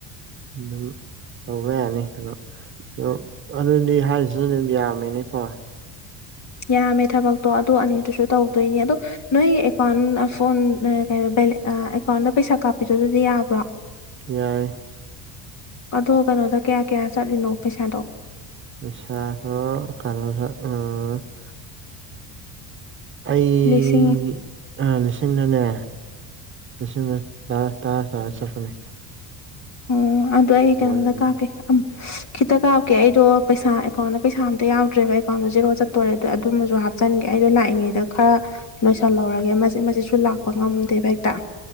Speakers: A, on the right; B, on the left.
A: ꯑꯗꯨꯝ ꯇꯧꯕ ꯌꯥꯅꯤ ꯑꯗꯣ ꯑꯗꯣ ꯑꯗꯨꯗꯤ ꯍꯥꯏꯔꯤꯁꯤꯅꯗꯤ ꯑꯗꯨꯝ ꯌꯥꯝꯃꯦꯅꯦꯀꯣ
B: ꯌꯥꯝꯃꯦ ꯊꯕꯛꯇꯣ ꯑꯗꯨ ꯑꯅꯤꯗꯨꯁꯨ ꯇꯧꯗꯣꯏꯅꯤ ꯑꯗꯣ ꯅꯣꯏ ꯑꯦꯀꯥꯎꯟ ꯐꯣꯟ ꯑ ꯀꯩꯕ ꯕꯦꯜ ꯑꯦꯀꯥꯎꯟꯗ ꯄꯩꯁꯥ ꯀꯥꯞꯄꯤꯗꯣ ꯑꯗꯨꯗꯤ ꯌꯥꯕ꯭ꯔꯣ
A: ꯌꯥꯏ
B: ꯑꯗꯣ ꯀꯅꯣꯗ ꯀꯌꯥ ꯀꯌꯥ ꯆꯠꯂꯤꯅꯣ ꯄꯩꯁꯥꯗꯣ
A: <unintelligible> ꯑꯩ
B: ꯂꯤꯁꯤꯡ
A: ꯂꯤꯁꯤꯡꯅꯅꯦ ꯂꯤꯁꯤꯡ ꯇꯔꯥ ꯇꯔꯥ ꯁꯥꯔ ꯆꯠꯄꯅꯦ
B: ꯑꯣ ꯑꯗꯣ ꯑꯩ ꯀꯩꯅꯣꯗ
A: ꯋꯥꯟ
B: ꯀꯥꯞꯀꯦ
A: <inaudible>
B: ꯑꯝ ꯈꯤꯇ ꯀꯥꯞꯀꯦ ꯑꯩꯗꯣ ꯄꯩꯁꯥ ꯑꯦꯀꯥꯎꯟꯗ ꯄꯩꯁꯥ ꯑꯝꯇ ꯌꯥꯎꯗ꯭ꯔꯦꯕ ꯑꯦꯀꯥꯎꯟꯗ ꯖꯦꯔꯣ ꯆꯠꯇꯣꯔꯦ ꯑꯗꯨꯝꯃꯁꯨ ꯍꯥꯞ ꯆꯟꯒꯦ ꯑꯩꯗꯣ ꯂꯥꯛꯏꯉꯩꯗ ꯈꯔ ꯂꯣꯏꯁꯤꯜꯍꯧꯔꯒꯦ ꯃꯆꯤꯠ ꯃꯆꯤꯠꯁꯨ ꯂꯥꯛꯄ ꯉꯝꯗꯦꯕ ꯍꯦꯛꯇ